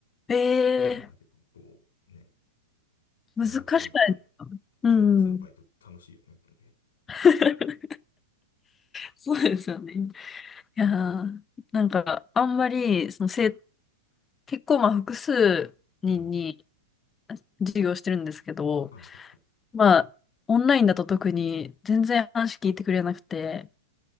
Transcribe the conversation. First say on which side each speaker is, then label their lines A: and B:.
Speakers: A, on the left; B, on the left.
A: ええ
B: したんだけど、こうね、大学生と、
A: 難しくないですかうん。
B: 大学生のバイトって楽しいよね、やっぱりね。
A: <laughs> そうですよね。いやー、なんか、あんまり、その、せ、
B: うん、
A: 結構、まあ、複数人に
B: うん、うん。
A: 授業してるんですけど、
B: はいはいはい。
A: まあ、オンラインだと特に全然話聞いてくれなくて、